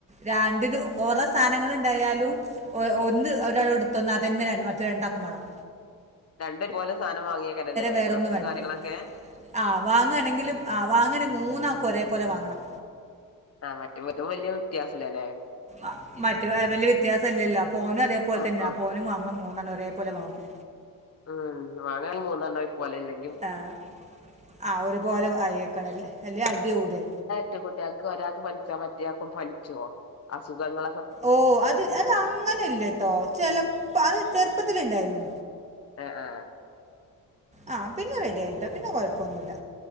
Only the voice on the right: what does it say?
രാണ്ടിനും കൊറെ സാനങ്ങള് ഇണ്ടായാലും ഓ ഒന്ന് ഒരാളെ ത്തോന്ന് അതന്നേ ര മറ്റേ രണ്ടാക്കും മാണം.
വേറെ
ഒന്നും വേണ്ടില്ല
ആ വാങാണെങ്കില് ആ വാങ്ങാണേ മൂന്നാക്കും ഒരേ പോലെ വാങ്ങണം.
ആഹ് മറ്റേ വല്ല്യ വ്യത്യാസംല്ലല്ലോ അപ്പോനും അതേപോലെതന്നേണ്
അപ്പോനും വാങ്ങണം മൂന്നെണ്ണം ഒരേപോലെ വാങ്ങും.
ആഹ്, ആ ഒരുപോലെ വാങ്ങിയേക്കണല്ലേ അല്ലേ അടിയാവുല്ലേ?
ഓഹ്, അത് അത് അങ്ങനെല്ലട്ടോ ചെലപ്പൊ അത് ചെറുപ്പത്തില്ണ്ടായിര്ന്നു.
ആഹ് പിന്നെ റെഡിയായിട്ടോ പിന്നെ കൊഴപ്പൊന്നുല്ല.